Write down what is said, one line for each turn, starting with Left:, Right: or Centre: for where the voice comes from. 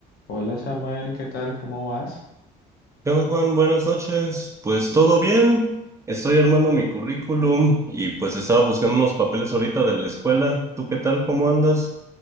Left: Hola Samuel, ¿qué tal? ¿Cómo vas?
Right: ¿Qué onda, Juan? Buenas noches. Pues todo bien. Estoy armando mi currículum y pues estaba buscando unos papeles ahorita de la escuela. ¿Tú qué tal? ¿Cómo andas?